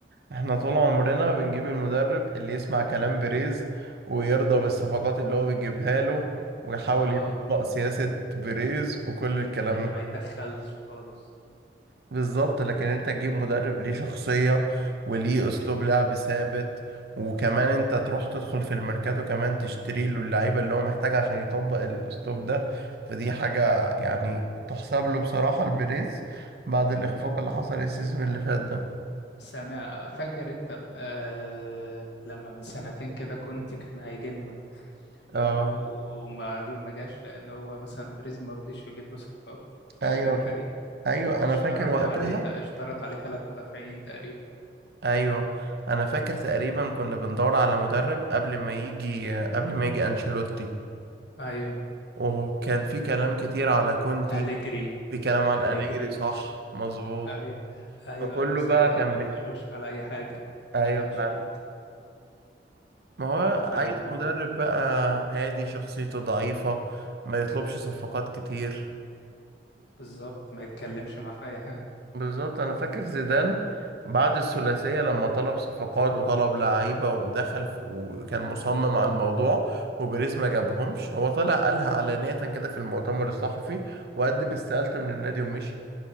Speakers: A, on the right; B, on the left.
A: احنا طول عمرنا بنجيب المدرب اللي يسمع كلام بيريز ويرضى بالصفقات اللي هو بيجيبها له ويحاول
B: اه
A: يطبق سياسة بيريز وكل الكلام
B: اللي ما
A: ده
B: يتدخلش خالص
A: بالظبط لكن انت تجيب مدرب ليه شخصية وليه اسلوب لعب ثابت وكمان انت تروح تدخل في الميركاتو كمان تشتري له اللعيبة اللي هو محتاجها عشان يطبق الاسلوب ده فدي حاجة يعني تحسب له بصراحة البريز بعد الاخفاق
B: مم.
A: اللي حصل السيزون اللي فات ده
B: سامع فاكر انت آه لما من سنتين كده كنت كان هيجي لنا و-
A: اه
B: و- وما ما جاش لان هو مثلا بريز ما رضيش يجيب له صفقات فاكر
A: ايوه
B: انت دي
A: ايوه انا
B: اشترط
A: فاكر وقتها
B: عليه ت- اشترط عليه ثلاث مدافعين تقريبا
A: ايوه انا فاكر تقريبا كنا بندور على مدرب قبل ما يجي قبل ما يجي انشيلوتي
B: ايوه
A: وكان في كلام كتير على كونتي
B: أليجري
A: في كلام
B: وأليجري
A: عن أليجري صح مظبوط
B: أي... ايوه
A: فكله
B: ايوه ساعتها
A: بقى كان
B: ما وافقلوش
A: بي
B: على اي حاجه
A: أيوه
B: جاب انشيلوتي
A: فعلا ما هو
B: فانه
A: عايز مدرب بقى هادي شخصيته ضعيفة ما يطلبش صفقات كتير
B: بالظبط ما يتكلمش معاه في اي حاجه
A: بالظبط أنا فاكر زيدان بعد الثلاثية لما طلب صفقات وطلب لعيبة ودخل في وكان مصمم على الموضوع وبيريز ما جابهمش هو طلع قالها علانية كده في المؤتمر الصحفي وقدم استقالته من النادي ومشي